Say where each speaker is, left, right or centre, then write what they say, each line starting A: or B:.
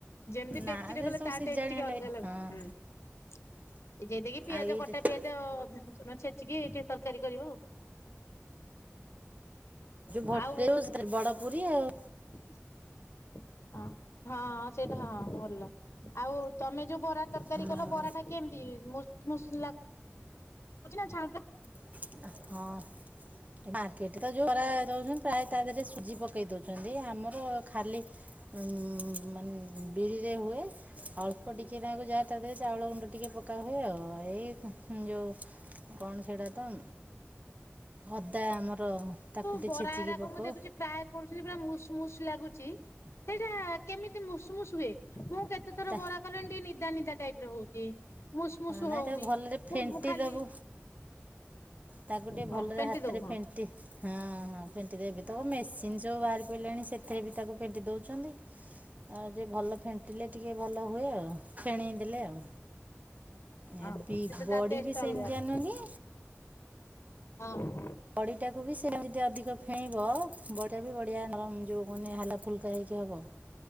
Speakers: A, on the left; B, on the right.
A: ଯେମିତି
B: ନା
A: ଡେକ୍ଚିରେ
B: ସେ
A: କଲେ
B: ସବୁ
A: ତା
B: ସିଜାଣି
A: ଟେସ୍ ଷ୍ଟ ଟିକେ
B: ହେଲେ
A: ଅଲଗା ଲାଗୁଛି
B: ହଁ
A: ହୁଁ ଯେତିକି ପିଆଜ
B: ଆଉ ଏଇଟା
A: କଟା ପିଆଜ। ଛେଚିକି ଟିକେ ତରକାରୀ କରିବ ଆଉ।
B: ଭଟେଲୁ
A: ଆଉ
B: ସେଥିରେ ବଡ଼ ପୁରୀ ଆଉ
A: <inaudible> ହଁ ହଁ ସେଇଟା ହଁ ଭଲ। ଆଉ ତମେ ଯୋଉ ବରା ତରକାରୀ
B: ହଁ
A: କଲ ବରାଟା କେମିତି ମୁ ମୁସ୍ ଲା କରୁଚ ନା ଛାଣୁଚ
B: ହଁ। ମାର୍କେଟ ତ ଯୋଉ ବରା ଦଉଛନ୍ତି ପ୍ରାୟ
A: ଛାଣୁଛ?
B: ତା ଦେହରେ ସୁଜି ପକେଇ ଦଉଛନ୍ତି।। ଆମର ଖାଲି ହୁଁ ମାନେ ବିରିରେ ହୁଏ। ଅଳ୍ପ ଟିକେ ନାକୁ ଯାହା ତା ଦେହରେ ଚାଉଳ ଗୁଣ୍ଡ ଟିକେ ପକା ହୁଏ। ଆଉ ଏଇ ଯେଉଁ କଣ ସେଇଟା ତ ଅଦା ଆମର ତାକୁ
A: କୁ
B: ଟିକେ
A: ବରା
B: ଛେଚିକି
A: ହେରାକ
B: ପକଉ।
A: ମୁଁ ଦେଖୁଛି ପ୍ରାୟ କରୁଛନ୍ତି ପୁରା ମୁଶ୍ ମୁଶ୍ ଲାଗୁଛି ସେଇଟା କେମିତି ମୁଷୁମୁସ ହୁଏ। ମୁଁ କେତେ ଥର
B: ତା
A: ବରା କଲିଣି ଟିକେ ନିଦା ନିଦା ଟାଇପର ହଉଛି। ମୁଷୁ ମୁଷୁ
B: ନାଇଁ
A: ହଉନି
B: ତାକୁ ଭଲରେ ଫେଣ୍ଟି
A: ମୁଁ ଖାଲି
B: ଦେବୁ ତାକୁ ଟିକେ
A: ହଁ
B: ଭଲରେ
A: ପେଣ୍ଟି
B: ହାତରେ
A: ଦବୁ ହଁ।
B: ଫେ ଣ୍ଟି ହଁ ହଁ ପେଣ୍ଟି ଦେବି ତ ମେସିନ୍ ସବୁ ବାହାରି ପଡ଼ିଲାଣି ସେଥିରେ ବି ତାକୁ ପେଣ୍ଟି ଦେଉଛନ୍ତି। ଆଉ ଯେ ଭଲ ଫେଣ୍ଟିଲେ ଟିକେ ଭଲ ହୁଏ, ଆଉ ଫେଣେଇ ଦେଲେ ଆଉ।
A: ହଁ
B: ଏ ବି
A: ସେତେ
B: ବଡି
A: ତା ଟେଷ୍ଟ
B: ବି ସେମିତି
A: ଅଲଗା ଆସେ
B: ନୁଁଅକି
A: ହଁ।
B: ବଡ଼ିଟାକୁ ବି ସେ ଯଦି ଅଧିକ ଫେଣେଇବ, ବଡ଼ିଟା ବି ବଢିଆ ନରମ ଯୋଉ ମାନେ ହାଲା ଫୁଲ କା ହେଇକି ହବ।